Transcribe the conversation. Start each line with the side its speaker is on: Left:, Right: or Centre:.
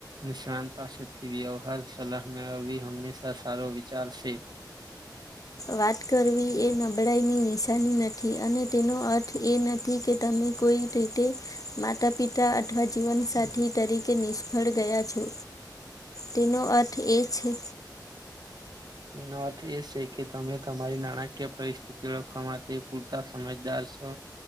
Right: નિષ્ણાંત પાસેથી વ્યવહાર સલાહ મેળવવી હંમેશા સારો વિચાર સે.
Left: વાત કરવી એ નબળાઈની નિશાની નથી અને તેનો અર્થ એ નથી કે તમે કોઈ તે તે માતા-પિતા અથવા જીવનસાથી તરીકે નિષ્ફળ ગયા છો. તેનો અર્થ એ છે.
Right: તેનો અર્થ એ સે કે તમે તમારી નાણાકીય પરિસ્થિતિ ઓળખવા માટે પૂરતા સમજદાર સો.